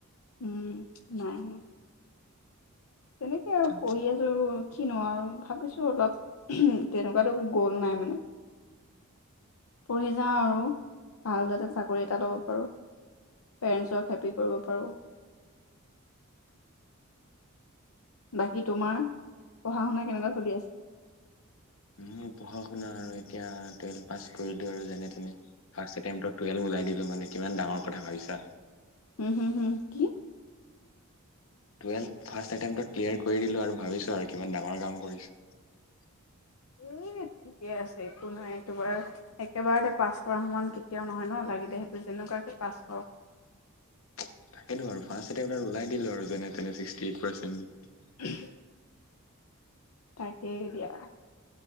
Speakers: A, on the left; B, on the left.
A: উম নাই হোৱা তেনেকে আৰু
B: আচ্ছা আচ্ছা
A: পঢ়ি আছো কিনো আৰু ভাবিছো। অলপ উম তেনেকুৱাতো গ'ল নাই মানে। পঢ়ি যাওঁ আৰু- ভাল যাগাত চাকৰি এটা ল'ব পাৰোঁ। পেৰেণ্টছক হেপি কৰিব পাৰোঁ। বাকী তোমাৰ পঢ়া শুনা কেনেকুৱা চলি আছে?
B: মোৰ পঢ়া শুনা আৰু এতিয়া টুৱেলভ পাছ কৰিলো আৰু যেনে তেনে- ৰ্ফাষ্ট এটেমটোত টুৱেল্‌ভ ওলাই দিলো মানে, কিমান ডাঙৰ কথা ভাৱিছা?
A: হোঁ, হোঁ, হোঁ কি?
B: টুৱেলভ ফাৰ্ষ্ট এটেম্পটত্‌ ক্লিয়াৰ কৰি দিলোঁ আৰু ভাৱিছোৱা আৰু কিমান ডাঙৰ কাম কৰিছোঁ। ভইচৰ মাত নাই
A: এনে ঠিকে আছে, একো নাই। তোমাৰ একেবাৰতে পাছ কৰা সমান কেতিয়াও নহয় ন' লাগিলে সেইটো যেনেকুৱাকে পাছ কৰক।
B: তাকেটো আৰু ৰ্ফাষ্ট এটেম্পত ওলাই দিলো আৰু যেনে- তেনে চিক্সটি এইট ৰ্পাছেণ্ট
A: উম তাকেই দিয়া।